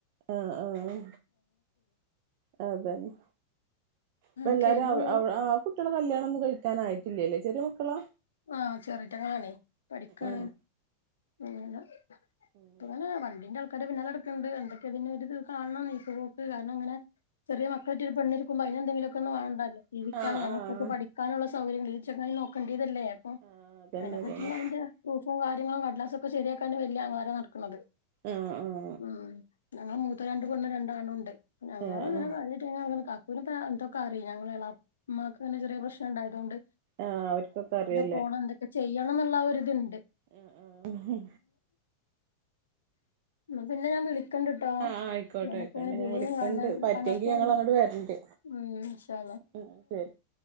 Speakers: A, on the right; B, on the left.
A: ആഹ് ആഹ് അഹ് അതന്നെ ഇപ്പ
B: എന്നിട്ട്
A: എല്ലാരും
B: കഴിഞ്ഞ്
A: അവ് അവ് ആ കുട്ടികളെ കല്യാണം ഒന്നും കഴിക്കൻ ആായിറ്റില്ലല്ലേ ചെറിയമക്കളാ
B: ആഹ് ചെറീറ്റകളാണേ പഠിക്കാണ്
A: ആഹ്
B: ങ്ങന
A: ഉം
B: അങ്ങന വൺണ്ടിന്റൾ ക്കന്റെ പിന്നാല നടക്കണ്ട് എന്തൊക്കെ അതിനോരിത് കാണം നീക്ക്പോക് കാർണം അങ്ങനെ ചെറിയ മക്കള ഒരു പെണ്ണിരി എന്തെങ്കിലുവൊക്ക ഒന്ന്വേണ്ടല്ലോ ജീവിക്കാനെ
A: ആഹ് ആഹ്
B: നമ്മക്കക്കെ പഠിക്കാന്ള്ള സൗകര്യങ്ങളി ചെങ്ങയി നോക്കണ്ണ്ട്യതല്ലേ പ്പോം
A: ആഹ് അതന്നെ
B: അയിനെപ്പറ്റിള്ളെന്റെ
A: അതന്നെ
B: പ്രൂഫ്യൂം കാര്യങ്ങളും കട്ലാസ്ക്കെ ശരിയാക്കാണ് വല്യ അങ്ങ്ളാരോം നട്ക്കണത്
A: ആഹ് ആഹ്
B: ഉം ഞങ്ങൾ മൂത്ത രണ്ട് പൊണ് രണ്ടാണുണ്ട് ഞങ്ങള്ൾങ്ങനെ
A: ആഹ് ആഹ്
B: <unintelligible> <unintelligible> എന്തൊക്കറി ഞങ്ങളെ ളേമ്മാക്ക്ന്നെ ചെറിയ പ്രശ്നംണ്ടായതൊണ്ട്
A: ആഹ് അവര്ക്കൊക്കെ അറിയ
B: പോണം എന്തൊക്കെ ചെയ്യണംന്ന്ള്ള ആ ഒരിത്ണ്ട്
A: ആഹ് ആഹ്
B: ന്നാ പിന്നെ ഞാൻ വിളി ക്കിണ്ട്ട്ടോ
A: ആഹ് ആയിക്കോട്ടെ
B: <unintelligible>
A: ആയിക്കോട്ടെ ഞാൻ വിളിക്കണ്ട് പറ്റെങ്കി
B: കാണാ <unintelligible>
A: ഞങ്ങള് അങ്ങട് വരണ്ട്
B: ഉം ഷാ
A: ഉം ശരി